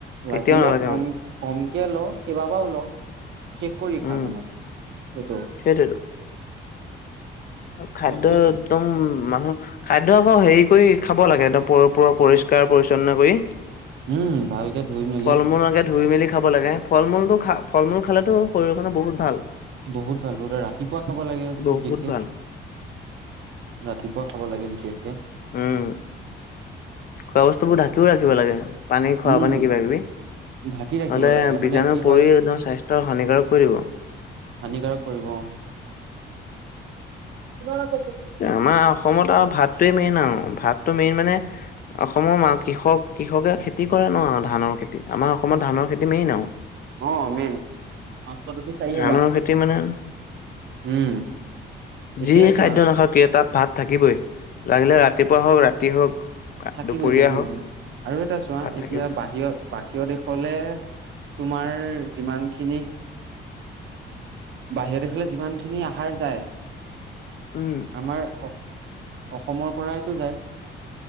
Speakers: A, on the left; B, on the right.
A: কেতিয়াও
B: লাগিলে
A: নালাগে
B: কম
A: অ
B: কমকে ল কেইবাবা ওলও। শেষ কৰি
A: উম
B: খা মানে সেইটো।
A: সেইটোৱেতো খাদ্য
B: লক্ষীক
A: একদম মানহ খাদ। একদম আকৌ হেৰি কৰি খাব লাগে একদম প পুৰৰ পৰিষ্কাৰ পৰি্ছন্ন কৰি।
B: উম ভালকে ধুই মেলি।
A: ফল মূল আগে ধুই মেলি খাব লাগে ফল মূলতটো খা ফল মূল খালেতো শৰীৰৰ কাৰণে বহুত ভাল।
B: বহুত ভাল বহুত ৰাতিপুৱা খাব লাগে
A: বহুত
B: বিশেষকে।
A: ভাল
B: ৰাতিপুৱা খাব লাগে বিশেষকে।
A: উম। খোৱা বস্তু বোৰ ঢাকিও ৰাখিব লাগে পানী খোৱা
B: উম,
A: পানে কিবা কিবি।
B: ঢাকি ৰাখিব
A: নহলে
B: লাগে মানে
A: বীজাণু
B: কি হয়
A: পৰি একদম স্বাস্থ্য হানিকাৰক কৰি দিব।
B: হানিকাৰক কৰিব কিমান আ।
A: আমাৰ অসমত আৰু ভাতটোৱে মেইন আৰু ভাত। মেইন মানে অসমৰ মা কৃষক কৃষকে খেতি কৰে ন। ধানৰ খেতি আমাৰ অসমত ধানৰ খেতি মেইন আৰু।
B: অ মেইন পাঁচশ টক চাহি
A: ধানৰ
B: যা।
A: খেতি মানে
B: উম। এতিয়া
A: যি
B: চোৱা
A: খাদ্য নাখাওক কিয় তাত ভাত থাকিবই লাগিলে ৰাতিপুৱা হওক ৰাতি হওক।
B: থাকিবই
A: দুপৰীয়া
B: থাকিবই
A: হওক
B: আৰু এটা চোৱা
A: ভাত
B: এতিয়া
A: থাকিবই।
B: বাহিৰত বাহিৰৰ দেশলে। তোমাৰ যিমানখিনি বাহিৰৰ দেশলৈ যিমানখিনি আহাৰ যায়
A: উম,
B: আমাৰ অসমৰ পৰাইতটো যায়।